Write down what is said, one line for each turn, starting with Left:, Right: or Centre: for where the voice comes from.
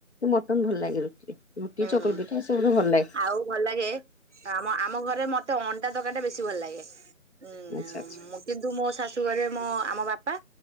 Left: ମଟନ ଭଲ ଲାଗେ ରୁଟିରେ ରୁଟି
Right: ହୁଁ
Left: ଚକୁଳି ପିଠା ଏସବୁରେ ଭଲ ଲାଗେ
Right: ଆଉ ଭଲ ଲାଗେ ଆମ ଆମ ଘରେ ମତେ ଅଣ୍ଡା ଖଣ୍ଡେ ବେଶି ଭଲ ଲାଗେ ଉୁଁ
Left: ଆଚ୍ଛା ଆଚ୍ଛା।
Right: କିନ୍ତୁ ମୋ ଶାଶୁଘରେ ମୋ ଆମ ବାପା